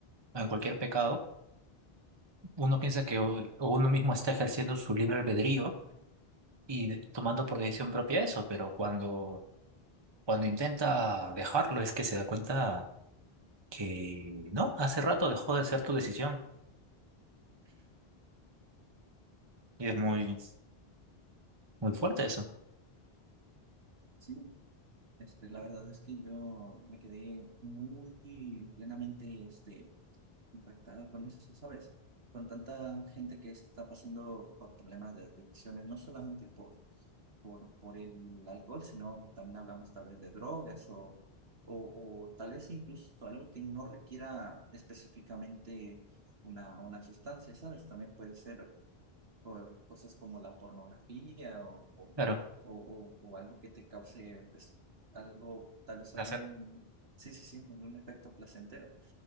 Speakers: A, on the right; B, on the right.
A: o en cualquier pecado, uno piensa que u- uno mismo está ejerciendo su libre albedrío y de- tomando por decisión propia eso, pero cuando, cuando intenta dejarlo es que se da cuenta que no, hace rato dejó de ser tu decisión y es muy, muy fuerte eso.
B: sí. Este, la verdad es que yo me quedé muy plenamente este, impactada con eso, ¿sabes? Con tanta gente que está pasando por problemas de adicciones, no solamente por por, por el alcohol, sino también hablamos tal vez de drogas o, o, o tal vez incluso algo que no requiera específicamente una, una sustancia, ¿sabes? También puede ser por cosas como la pornografía o, o,
A: Claro,
B: o- o algo que te cause, pues, algo, tal vez
A: Placer.
B: algún, sí, sí, sí, algún efecto placentero.